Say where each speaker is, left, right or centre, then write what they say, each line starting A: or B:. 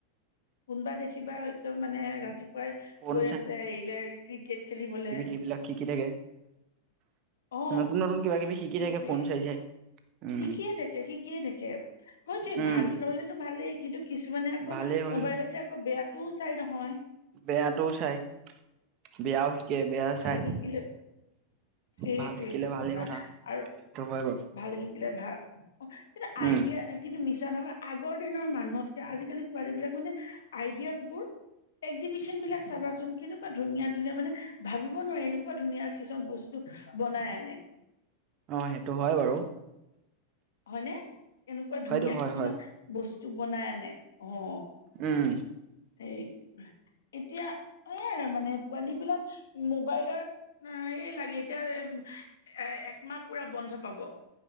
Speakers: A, on the left; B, on the right.
A: কোনোবা দেখিবা ই একদম মানে ৰাতি পুৱাই
B: ফোন
A: গৈ আছে হেৰিলে ক্ৰিকেট খেলিবলে।
B: এই বিলাক শিকি থাকে।
A: অ
B: নতুন নতুন কিবা কিবি শিকি
A: সেইটোৱে
B: থাকে, ফোন চাই চাই। উম,
A: শিকিয়ে থাকে, শিকিয়ে থাকে। হয় দেই
B: উম,
A: ভাল নহ'লেতো ভালেই, কিন্তু কিছুমানে আকৌ
B: ভালেই হ'ল
A: মোবাইলতে আকৌ বেয়াটোও চাই নহয়।
B: বেয়াটোও চাই, বেয়াও শিক শিকে বেয়াও
A: ভাল
B: চাই,
A: শিকিলে সেইটোৱেটো
B: ভাল শিকিলে ভালেই কথা।
A: আৰু
B: সেইটো হয় বাৰু।
A: ভাল শিকিলে ভাল। এটা
B: উম,
A: আইডিয়া কিন্তু মিছা নকওঁ, আগৰ দিনৰ মানুহতকে আজিকালি পোৱালী বিলাক মানে অইডিয়া বোৰ এক্সেবিচন বিলাক চাবাচোন কেনে এনেকুৱা ধুনীয়া ধুনীয়া মানে ভাবিব নোৱাৰি এনেকুৱা ধুনীয়া কিছুমান বস্তু বনাই আনে।
B: অঁ সেইটো হয় বাৰু।
A: হয়নে? কেনেকুৱা
B: হয়টো
A: ধুনীয়া
B: হয়,
A: কিছুমান
B: হয়
A: বস্তু বনাই আনে, অঁ।
B: উম,
A: এই এতিয়া অঁ মানে পোৱালী বিলাক মোবাইলৰ আ এই লাগে এতিয়া এ একমাহ পুৰা বন্ধ পাব।